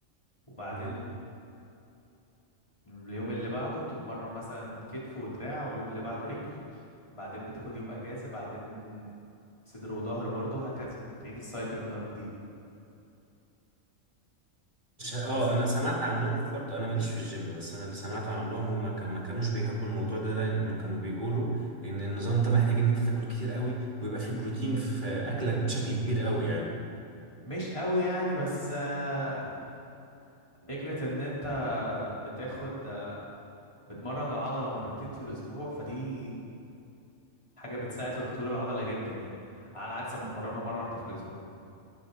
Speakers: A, on the left; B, on the right.
A: وبعدين
B: مم.
A: اليوم اللي بعده بتتمرن مثلا كتف ودراع واليوم اللي بعده رجل بعدين بتاخد يوم اجازه بعدين صدر وظهر برضه وهكذا بتعيد السايكل من اول وجديد
B: مش اه
A: بس
B: انا سمعت عنهم برضو انا ماليش في الجيم بس انا اللي سمعته عنهم هم كانوا ما كانوش بيحبوا الموضوع ده لانه كانوا بيقولوا ان النظام ده محتاج ان انت تاكل كتير قوي ويبقى فيه بروتين في اكلك
A: مم.
B: بشكل كبير قوي يعني
A: مش قوي يعني بس آه، فكرة ان انت بتاخد آه، بتمرن العضلة مرتين في الاسبوع فدي حاجة بتساعد في تطوير العضلة جدا يعني على عكس ما تمرنها مرة واحدة في الاسبوع